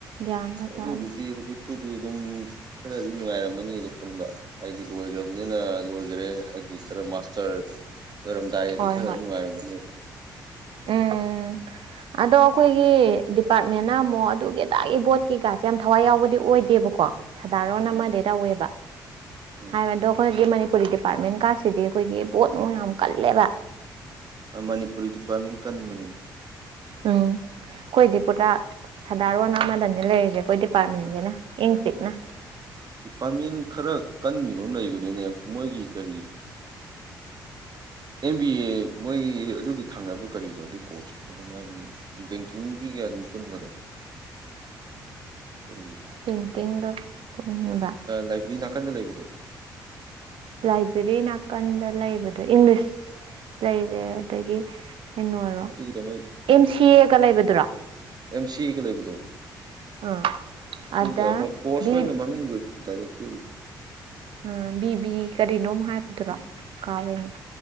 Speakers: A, on the right; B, on the right.
A: ꯒ꯭ꯌꯥꯟꯒ
B: ꯑꯗꯨꯒꯤꯗꯤ
A: ꯇꯥꯗꯦ
B: ꯍꯧꯖꯤꯛꯄꯨꯗꯤ ꯑꯗꯨꯝ ꯈꯔꯗꯤ ꯅꯨꯡꯉꯥꯏꯔꯝꯃꯅꯤ ꯑꯗꯨ ꯄꯨꯟꯕ ꯍꯥꯏꯗꯤ ꯂꯣꯏꯈ꯭ꯔꯕꯅꯤꯅ ꯑꯣꯏꯈꯔꯦ ꯍꯥꯏꯗꯤ ꯈꯔ ꯃꯥꯁꯇꯔ ꯑꯣꯏꯔꯝꯗꯥꯏꯔꯗꯤ
A: ꯍꯣꯏ
B: ꯈꯔ
A: ꯍꯣꯏ
B: ꯅꯨꯡꯉꯥꯏꯔꯝꯒꯅꯦꯕ <inaudible>
A: ꯎꯝ ꯑꯗꯣ ꯑꯩꯈꯣꯏꯒꯤ ꯗꯤꯄꯥꯔꯠꯃꯦꯟꯅ ꯑꯃꯨꯛ ꯑꯗꯨꯒꯤ ꯑꯗꯥꯒꯤ ꯕꯣꯠꯀꯤ ꯁꯦ ꯌꯥꯝ ꯊꯋꯥꯏ ꯌꯥꯎꯕꯗꯤ ꯑꯣꯏꯗꯦꯕꯀꯣ ꯁꯥꯗꯥꯔꯣꯟ
B: ꯎꯝ
A: ꯑꯃꯗꯤ ꯇꯧꯋꯦꯕ
B: ꯎꯝ
A: ꯍꯥꯏꯕꯗꯣ ꯑꯩꯈꯣꯏꯒꯤ ꯃꯅꯤꯄꯨꯔꯤꯗꯤ ꯗꯤꯄꯥꯔꯠꯃꯦꯟ ꯀꯥꯁꯤꯗꯤ ꯑꯩꯈꯣꯏꯒꯤ ꯕꯣꯠ ꯅꯨꯡ ꯌꯥꯝ ꯀꯜꯂꯦꯕ
B: ꯃꯅꯤꯄꯨꯔꯤꯗꯨ ꯄꯥꯃꯤꯡ ꯀꯟꯕꯅꯤ
A: ꯎꯝ ꯑꯩꯈꯣꯏꯗꯤ ꯄꯨꯔꯥ ꯁꯥꯗꯥꯔꯣꯟ ꯑꯃꯗꯅꯦ ꯂꯩꯔꯤꯁꯦ ꯑꯩꯈꯣꯏ ꯗꯤꯄꯥꯔꯠꯃꯦꯟꯁꯤꯅ ꯏꯪ ꯆꯤꯛꯅ
B: ꯗꯤꯄꯥꯔꯠꯃꯦꯟ ꯈꯔ ꯀꯟꯈꯤꯕ ꯑꯃ ꯂꯩꯕꯅꯤꯅꯦ ꯃꯣꯏꯒꯤ ꯀꯔꯤ ꯑꯦꯝ ꯕꯤ ꯑꯦ ꯃꯣꯏ ꯑꯗꯨꯒꯤ ꯊꯥꯡꯅꯕꯗꯨ ꯀꯔꯤꯕ ꯑꯗꯨꯒꯤ ꯀꯣꯔꯁꯇꯨ ꯀꯩꯅꯝꯃꯥꯏꯅ ꯂꯩꯅꯤ ꯕꯦꯡꯀꯤꯡꯒꯤ ꯄꯨꯟ ꯃꯗ ꯀꯔꯤ
A: ꯇꯤꯡ ꯇꯤꯡꯒ ꯄꯨꯟꯕ
B: ꯂꯥꯏꯕ꯭ꯔꯦꯔꯤ ꯅꯥꯀꯟꯗ ꯂꯩꯕꯤꯅꯣ
A: ꯂꯥꯏꯕ꯭ꯔꯦꯔꯤ ꯅꯥꯀꯟꯗ ꯂꯩꯕꯗꯣ ꯏꯪꯂꯤꯁ ꯂꯩꯔꯦ ꯑꯗꯒꯤ ꯀꯩꯅꯣꯔꯣ
B: ꯑꯗꯨꯒꯤꯗꯃ
A: ꯑꯦꯝ ꯁꯤ ꯑꯦꯒ ꯂꯩꯕꯗꯨꯔꯣ
B: ꯑꯦꯝ ꯁꯤꯒ ꯂꯩꯕꯗꯣ
A: ꯑꯥ
B: ꯑꯗꯨꯗ
A: ꯑꯗ
B: ꯑꯃ ꯀꯣꯔꯁ
A: ꯕꯤ
B: ꯑꯣꯏꯅ ꯃꯃꯤꯡꯗꯨꯣ ꯗꯥꯏꯔꯦꯛꯇꯣꯏ
A: ꯎ ꯕꯤꯕꯤ ꯀꯔꯤꯅꯣꯝ ꯍꯥꯏꯕꯗꯨꯔꯣ ꯀꯥꯎꯔꯦꯅꯦ